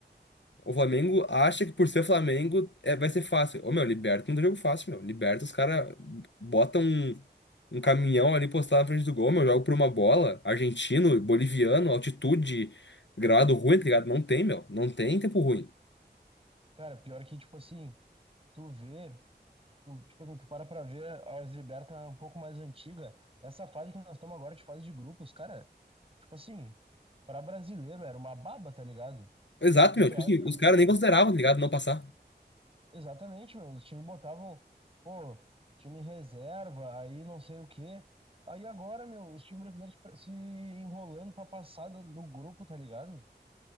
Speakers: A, on the left (about 85°); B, on the right (about 30°).
A: o Flamengo acha que por ser Flamengo é, vai ser fácil. Ô, meu, Liberta não dá jogo fácil, meu. Liberta, os caras botam um, um caminhão ali postado na frente do gol, meu, jogo por uma bola. Argentino, boliviano, altitude, gramado ruim, tá ligado? Não tem, meu. Não tem tempo ruim.
B: Cara, pior que, tipo assim, tu vê. tu, tipo assim, tu para pra ver a Liberta um pouco mais antiga, essa fase que nós estamos agora de fase de grupos, cara, tipo assim, para brasileiro era uma baba, tá ligado?
A: Exato,
B: Tipo,
A: meu.
B: teoricamente,
A: Tipo assim, os caras nem consideravam, tá ligado? Não passar.
B: exatamente, meu, os times botavam, pô, time reserva, aí não sei o quê. Aí agora, meu, os times brasileiros pra- se enrolando pra passar do- no grupo, tá ligado?